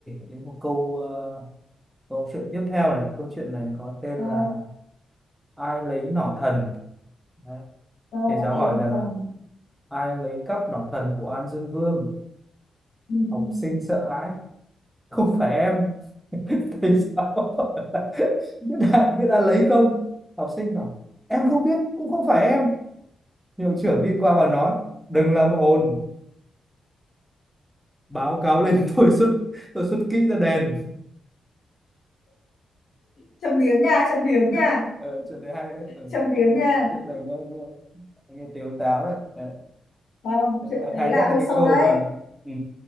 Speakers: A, in the centre; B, on the left.
A: đến một câu ờ, câu chuyện tiếp theo này câu chuyện này có tên
B: ờ
A: là ai lấy nỏ thần Đấy.
B: ờ
A: thầy giáo
B: ấy
A: hỏi
B: nó
A: rằng
B: còn
A: là ai lấy cắp nỏ thần của An Dương Vương
B: ừ,
A: học
B: ừ.
A: sinh sợ hãi không phải em <laughs> thì sao <laughs> biết đã biết đã lấy không học sinh bảo em không biết cũng không phải em hiệu trưởng đi qua và nói đừng làm ồn báo cáo lên <laughs> tôi xuất tôi xuất kỹ ra đèn.
B: châm biếm nha châm biếm
A: <laughs>
B: nha
A: ờ, chuyện đấy hay đấy ờ,
B: châm
A: chuyện,
B: biếm
A: chuyện này
B: nha
A: chuyện này nghe nghe, nghe tiếu táo đấy, đấy.
B: không chuyện
A: Hay,
B: đấy
A: hay
B: là
A: nhất là
B: hơi
A: cái
B: sâu
A: câu
B: đấy
A: mà ừ,